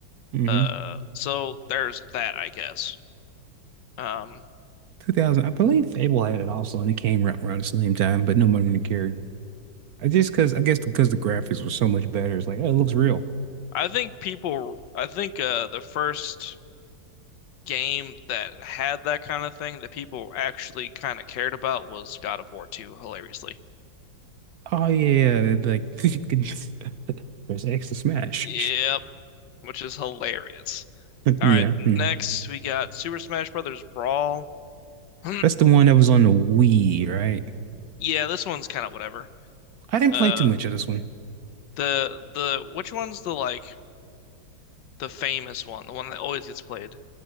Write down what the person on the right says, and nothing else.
Mm-hmm.
2000. I believe Fable had it also, and it came ra- around the same time, but no one really cared. I just because I guess because the graphics were so much better, it's like, oh, it looks real.
Oh yeah, yeah, like <laughs> you can <laughs> press X to smash.
<laughs>
Yeah.
mhm.
That's the one that was on the Wii, right?
I didn't
play too much of this one.